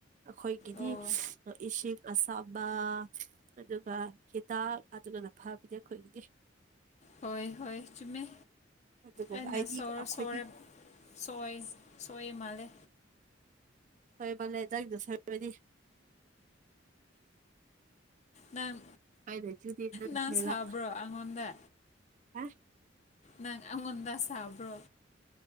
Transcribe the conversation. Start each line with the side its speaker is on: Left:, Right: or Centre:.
Right: ꯑꯩꯈꯣꯏꯒꯤꯗꯤ
Left: ꯑꯣ
Right: ꯏꯁꯤꯡ ꯑꯁꯥꯕ ꯑꯗꯨꯒ ꯍꯤꯗꯥꯛ ꯑꯗꯨꯒꯅ ꯐꯕꯗꯤ ꯑꯩꯈꯣꯏꯒꯤꯗꯤ
Left: ꯍꯣꯏ ꯍꯣꯏ ꯆꯨꯝꯃꯦ
Right: ꯑꯗꯨꯒꯨꯝꯕ
Left: ꯑꯩꯅ
Right: ꯑꯩꯗꯤ
Left: ꯁ
Right: ꯑꯩꯈꯣꯏꯗꯤ
Left: ꯁꯣꯔꯦ ꯁꯣꯏ ꯁꯌꯦ ꯃꯥꯂꯦ
Right: ꯁꯣꯏꯕꯜꯂꯦꯖꯗ ꯁ ꯃꯅꯤ
Left: ꯅꯪ
Right: ꯍꯥꯏꯅ ꯆꯨꯗꯦ
Left: ꯅꯪ
Right: ꯁꯣꯏꯕ
Left: ꯁꯥꯕ꯭ꯔꯣ ꯑꯩꯉꯣꯟꯗ
Right: ꯍꯥ
Left: ꯅꯪ ꯑꯩꯉꯣꯟꯗ ꯁꯥꯕ꯭ꯔꯣ